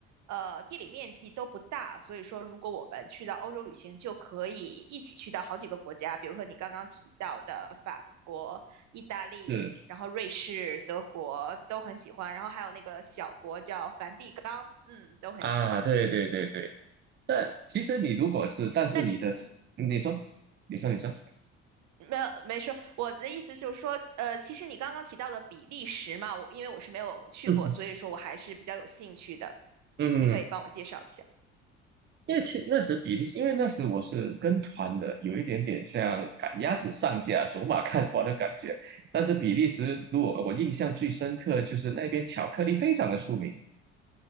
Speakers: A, on the right (about 50°); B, on the right (about 30°).
A: 呃，地理面积都不大，所以说如果我们去到欧洲旅行，就可以一起去到好几个国家，比如说你刚刚提到的法国、意大利，
B: 是
A: 然后瑞士、德国都很喜欢，然后还有那个小国叫梵蒂冈，嗯，都很喜欢。
B: 啊，对对对对。那其实你如果是，但是你的，
A: 那
B: 你说，你说，你说，
A: 没有，没说。我的意思就是说，呃，其实你刚刚提到的比利时嘛，我因为我是没有去过，
B: <laughs> 嗯，
A: 所以说我还是比较有兴趣的。
B: 嗯，
A: 你可以帮我介绍一下。
B: 因为其那时比利时，因为那时我是跟团的，有一点点像赶鸭子上架、走马看花的感觉。但是比利时，如果我印象最深刻，就是那边巧克力非常的出名。